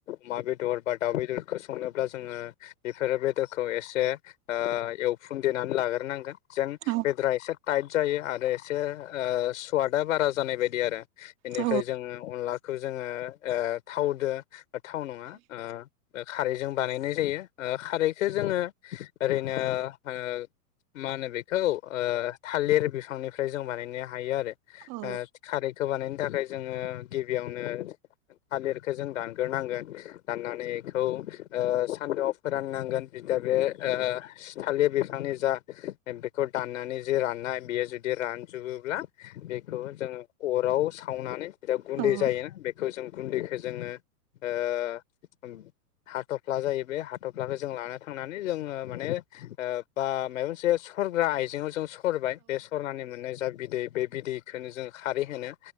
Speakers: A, on the left; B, on the right.
A: अमा बेदर बा दाउ बेदर खौ संनोब्ला जोङो बेफोरो बेदरखौ एसे ओ एवफुं देनानै लाग्रोनांगोन। जेन
B: औ
A: बेदरा इसे टाइट जायो आरो एसे ओ सवादा बारा जानाय बायदि आरो बेनिफ्राय
B: औ
A: जोङो अनला खौ जोङो ओ थावदो ओ थाव नङा ओ ओ खारैजों बानायनाय जायो। ओ खारैखो जोङो ओरैनो ओ मा होनो बेखौ ओ थालिर बिफांनिफ्राय जों बानायनो हायो आरो
B: औ
A: ओ खारैखो बानायनो थाखाय जोङो गिबियावनो थालिरखौ जों दानग्रोनांगोन दाननानै खौ ओ सान्दुंआव फोराननांगोन जिता बे ओ थाालिर बिफांनि जा बेखौ दाननानै जे राननाय बेयो जुदि रानजोबोब्ला बेखौ जोङो अराव सावनानै जा
B: औ
A: गुन्दै जायोना बेखौ जों गुन्दैखौ जोङो ओ ओमब हाथफ्ला जायो बे हाथफ्लाखौ जों लाना थांनानै जोङो माने ओ बा माबा मोनसे सरग्रा आइजेंआव जों स सरबाय बे सरनानै मोननाय जा बिदै बे बिदैखोनो जों खारै होनो